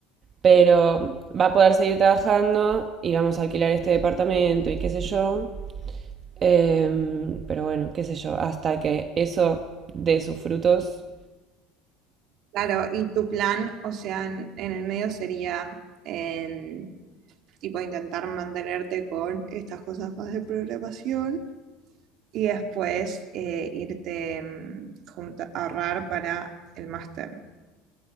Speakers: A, on the right (about 35°); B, on the right (about 55°).
A: Pero va a poder seguir trabajando y vamos a alquilar este departamento y qué sé yo. Em, pero bueno, qué sé yo, hasta que eso dé sus frutos,
B: Claro, y tu plan, o sea, en, en el medio sería en, tipo intentar mantenerte con estas cosas más de programación y después eh, irte mm, junta- ahorrar para el máster.